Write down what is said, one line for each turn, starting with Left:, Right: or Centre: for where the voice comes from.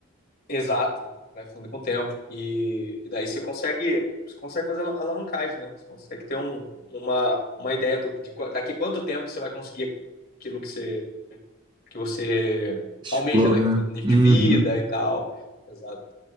Left: exato, vai fundo com o tempo. E, e daí você consegue, você consegue fazer ala- alavancagem, né? Você consegue ter um, uma, uma ideia do, de, qua- daqui quanto tempo você vai conseguir aquilo que você que você
Right: Explorou,
Left: almeja, né?
Right: né?
Left: de
Right: Uhum.
Left: vida e tal. Exato.